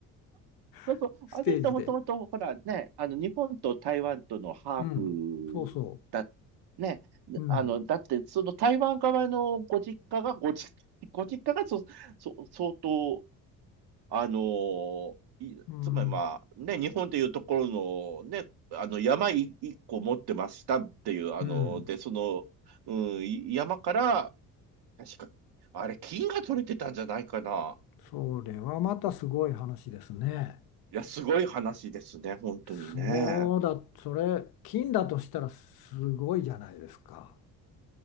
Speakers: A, on the right; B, on the left.
A: そうそう、
B: <laughs> ステージで。
A: あの人もともと、ほらね、あの、日本と台湾とのハーフだ、
B: うん、そうそ
A: ね、
B: う。うん、
A: あの、だって、その台湾側のご実家が、ご実、<laughs> ご実家がそ、そ、相当、あのいつまりまあ、
B: うん、
A: ね、日本でいうところの、ね、あの、山い一個持ってましたっていう、あの、
B: うん。
A: で、その、うん、い山から、確か、あれ、金が取れてたんじゃないかな。
B: それはまたすごい話ですね。
A: いや、すごい話ですね、本当にね。
B: そうだ、それ、金だとしたらすごいじゃないですか。